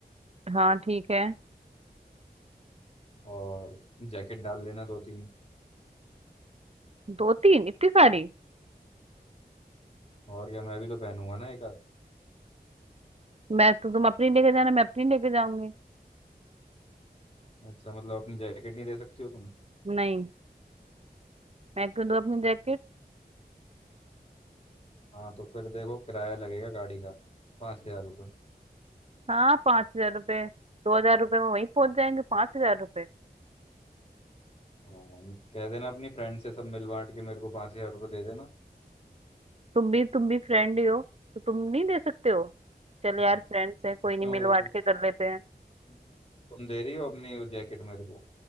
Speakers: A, on the right; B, on the left.
A: हाँ ठीक है
B: और जैकेट डाल लेना दो तीन
A: दो तीन इतनी सारी
B: और क्या मैं भी तो पहनूंगा ना एक आध
A: मैं तो तुम अपनी लेके जाना मैं अपनी लेके जाऊंगी
B: अच्छा मतलब अपनी जैकेट नहीं दे सकती हो तुम
A: नहीं मैं क्यों दूं अपनी जैकेट
B: हाँ तो फिर देखो किराया लगेगा गाड़ी का पाँच हजार रुपये
A: हाँ पांच हजार रुपये दो हजार रुपये में वहीं पहुंच जाएंगे पांच हजार रुपये
B: हाँ, कह देना अपनी फ्रेंड से सब मिल बांट के मेरे को पाँच हजार रुपये दे देना
A: तुम भी तुम भी फ्रेंड ही हो तो तुम नहीं दे सकते हो चल
B: पहन-
A: यार फ्रेंड्स है कोई नहीं
B: क्यों
A: मिल
B: दे
A: बांट
B: दूँ
A: के कर लेते हैं
B: तुम तुम दे रही हो अपनी वो जैकेट मेरे को